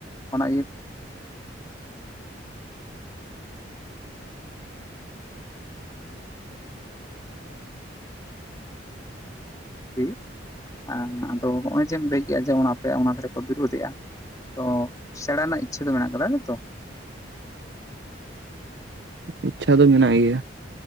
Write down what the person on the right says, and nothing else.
ᱤᱪᱪᱷᱟ ᱫᱚ ᱢᱮᱱᱟᱜ ᱜᱮᱭᱟ᱾